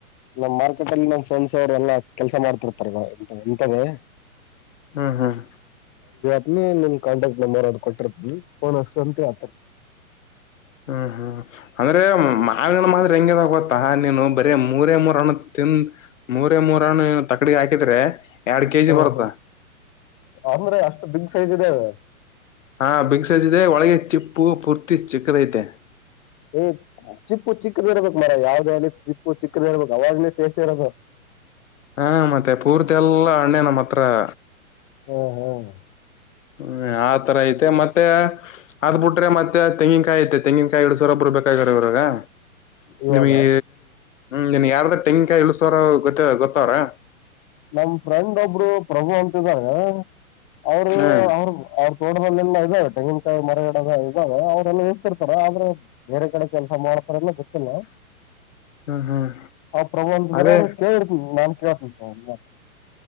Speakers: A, on the left (about 35°); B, on the left (about 60°).
A: ನಮ್ಮ್ ಮಾರ್ಕೆಟ್ ಅಲ್ಲಿ ನ ಸಮಸ ಅವ್ರ ಎಲ್ಲ? <inaudible> ಕೆಲ್ಸ, ಮಾಡ್ತಿರ್ತಾರಲ್ಲವ, ಇಂತದೆ? <inaudible>
B: ಹ್ಮ್, ಹ್ಮ್. <inaudible>
A: ಅಲ್ಲಿ, ನಿಮ್ ಕಾಂಟ್ಯಾಕ್ಟ್ ನಂಬರ್! ಅವರು, ಕೊಟ್ಟಿರ್ತ, ಫೋನ್, ಹಚ್ಚು, ಅಂತ. <inaudible>
B: ಹ್ಮ್, ಹ್ಮ್, ಅಂದ್ರೆ ಮಾವಿನ ಮಗ ಹೆಂಗೆ ಅಂತ ಗೊತ್ತು. <inaudible> ಆಹಾ, ನೀನು ಬರೀ ಮೂರೇ, ಮೂರ ಹಣ್ಣು ತಿಂದು ಮೂರೇ ಮೂರ್ ಹಣ್ಣು, ನೀನು ತಕಡಿ ಹಾಕಿದ್ರೆ! <inaudible>
A: ಹ್ಮ್,
B: ಬರುತ್ತ
A: ಹ್ಮ್, ಅಂದ್ರೆ, ಅಷ್ಟು ಬಿಗ್ ಸೈಜ್, ಇದಾವೇ. <inaudible>
B: ಹಾ, ಬಿಗ್ ಸೈಜ್, ಇದೆ ಒಳಗೆ, ಚಿಪ್ಪು ಪೂರ್ತಿ ಚಿಕ್ಕದ, ಐತೆ! <inaudible>
A: ಏ ಚಿಪ್ಪು ಚಿಕ್ಕದ ಇರ್ಬೇಕು, ಮಾರಾಯ, ಯಾವ್ದೇ ಅಲ್ಲಿ ಚಿಪ್ಪು ಚಿಕ್ಕದ ಇರ್ಬೇಕು! ಅವಾಗ್ನೇ ಟೇಸ್ಟ್ ಇರದು. <inaudible>
B: ಹಾ, ಮತ್ತೆ ಪೂರ್ತಿ ಎಲ್ಲ! ಅಣ್ಣೆ ನಮ್ಮ ಹತ್ರ. <inaudible>
A: ಹ, ಹ. <inaudible>
B: ಹ್ಮ್, ಆ, ತರ, ಐತೆ, ಮತ್ತೆ? <inaudible> ಹಾದು, ಬಿಟ್ರೆತ್ತೆಂಗಿನಕಾಯಿ! ಮತ್ತೆ ತೆಂಗಿನಕಾಯಿ, ಇಲ್ಲಿಸವರು, ಬೇಕ, ಇವರಿಗೆ. <inaudible>
A: ಇವಾಗ
B: ನಿಮಗೆ, ನಿನಗೆ ಯಾರಾದರೂ ತೆಂಗಿನಕಾಯಿ ಇಲ್ಲಿಸವರು, ಗೊತ್ತಿದ್ದಾರ? <inaudible>
A: ನಮ್, ಫ್ರೆಂಡ್ ಒಬ್ರು! ಪ್ರಭು ಅಂತ ಇದ್ದಾರೆ? <inaudible> ಆದರೆ,
B: ಹ್ಮ್
A: ಅವರು, ಅವರು. <inaudible> ತೋಟಗಳಲ್ಲೆಲ್ಲ, ಅವೇ, ಇದ್ದಾವೆ ತೆಂಗಿಿನಕಾಯಿ ಮರಗಿಡ, ಇದಾವೆ, ಎಷ್ಟು, ಇರುತ್ತವೆ, ಆದರೆ, ಬೆರೆಕಡ್ಡೆ, ಕೆಲಸ. <inaudible> ಆತರ ಎಲ್ಲ, ಗೊತ್ತಿಲ್ಲ. <inaudible>
B: <unintelligible> <inaudible> ಹ್ಮ್
A: ಹ, ಪ್ರಭಾ ಅಂತ
B: ಅದೇ
A: ಬರೋರು, ಕೇಳಿರ್ತೀನಿ ನಾನ್, ಕೇಳುತ್ತೀನಿ, ತಗೋ ಒಂದು ಮಾತು. <inaudible>